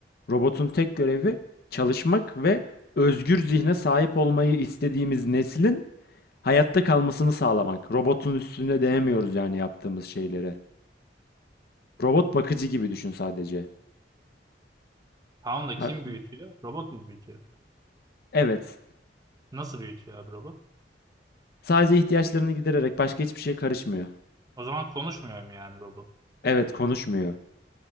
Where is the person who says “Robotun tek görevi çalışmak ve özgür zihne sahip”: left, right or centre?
Left